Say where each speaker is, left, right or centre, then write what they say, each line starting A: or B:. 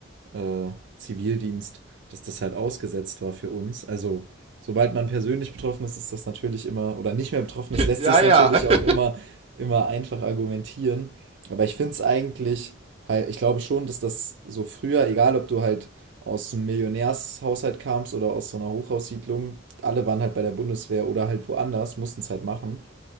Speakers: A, on the right; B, on the right.
A: äh, Zivildienst, dass das halt ausgesetzt war für uns. Also sobald man persönlich betroffen ist, ist das natürlich immer, oder nicht mehr betroffen ist, lässt
B: Ja,
A: sich es
B: ja.
A: natürlich auch
B: <laughs>
A: immer, immer einfach argumentieren. Aber ich finde es eigentlich, halt, ich glaube schon, dass das so früher, egal ob du halt aus einem Millionärshaushalt kamst oder aus so einer Hochhaussiedlung, alle waren halt bei der Bundeswehr oder halt woanders, mussten es halt machen.